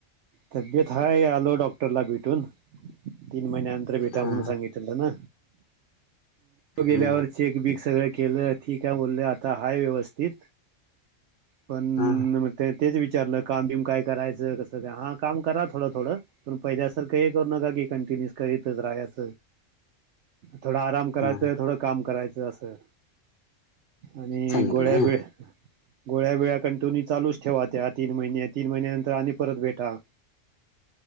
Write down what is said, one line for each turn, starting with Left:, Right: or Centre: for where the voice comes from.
Right: तब्येत हाय आलो डॉक्टरला भेटून तीन महिन्यानंतर भेटा
Left: हा
Right: म्हणून सांगितलं. गेल्यावर
Left: हम्म
Right: <unintelligible> चेक बीक सगळं केलं ठीक आहे बोलले आता हा व्यवस्थित. पण
Left: हा
Right: मग ते तेच विचारलं काम बिम काय करायचं कसं का हा- काम करा थोडं थोडं पण पहिल्यासारख हे करू नका की कंटिन्यूस करीतच राहायच. थोडा आराम करायचं
Left: हा
Right: थोडं काम करायचं असं. आणि
Left: सांगितलंय
Right: गोळ्याबिळ्या गोळ्या बीळ्या कंटिन्यू चालूच ठेवा त्या तीन महिन्या तीन महिन्या नंतर आणि परत भेटा.